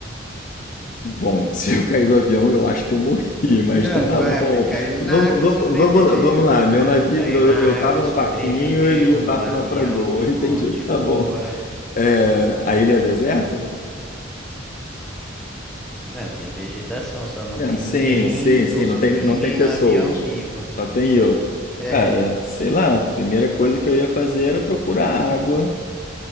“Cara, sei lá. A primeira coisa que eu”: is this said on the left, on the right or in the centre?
Left